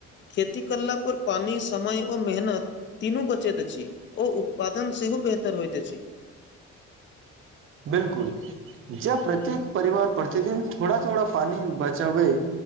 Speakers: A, on the left (about 40°); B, on the right (about 45°).
A: खेती करला पर पानि समय ओ मेहनत तीनू बचैत अछि ओ उत्पादन सेहो बेहतर होइत अछि
B: बिल्कुल जब प्रत्येक परिवार प्रतिदिन थोड़ा थोड़ा पानी बचाबे